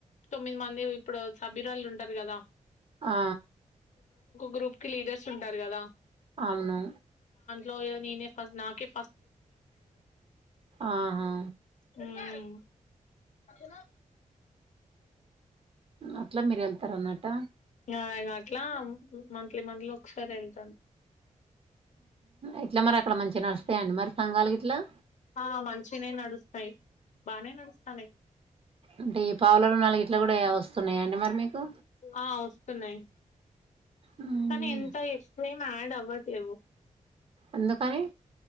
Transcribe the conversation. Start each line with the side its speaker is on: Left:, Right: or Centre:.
Left: తొమ్మిది మంది ఇప్పుడు సభ్యురాలుు ఉంటారు కదా
Right: ఆ
Left: గ్రూప్ కి లీడర్స్ ఉంటారు కదా
Right: అవును
Left: లోయో నేనే ఫస్ట్ నాకే
Right: ఆహా
Left: హ్మ్మ్ అది
Right: అట్లా మీరు వెళ్తార అన్నాట్ట
Left: ఇ అట్లా మంత్లీ మంత్లీ ఒకసారి వెళ్తాను
Right: ఎట్లా మ రా అక్కడ మంచిగా నడుస్తాయండి మరి సంఘాలు గిట్ల
Left: ఆ మంచిగనే నడుస్తయి బానే నడుస్తానయి.
Right: అంటే ఈ పావులలు నాలుగిట్ల కూడా వస్తున్నయ అండి. మరి మీకు
Left: ఆ వస్తున్నయి.
Right: ఉమ్
Left: కానీ ఎంత ఎక్స్ట్రా ఏం యాడ్ అవ్వట్లేవు.
Right: ఎందుకని.